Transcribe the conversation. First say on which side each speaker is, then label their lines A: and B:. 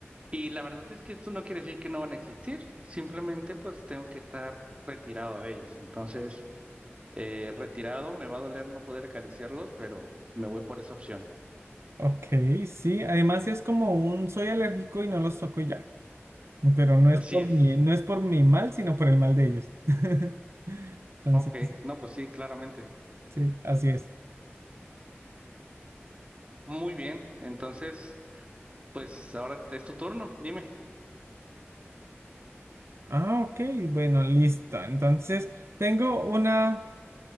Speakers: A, on the right (about 25°); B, on the right (about 75°).
A: Y la verdad es que esto no quiere decir que no van a existir, simplemente pues tengo que estar retirado de ellos. Entonces, eh, retirado, me va a doler no poder acariciarlos, pero me voy por esa opción.
B: Ok, sí, además es como un soy alérgico y no los toco y ya, pero no es
A: Así
B: por
A: es.
B: mi, no es por mi mal, sino por el mal de ellos. <laughs> Entonces,
A: Ok, no, pues sí, claramente.
B: sí, así es.
A: Muy bien, entonces, pues ahora es tu turno, dime.
B: Ah, ok, bueno, listo. Entonces, tengo una,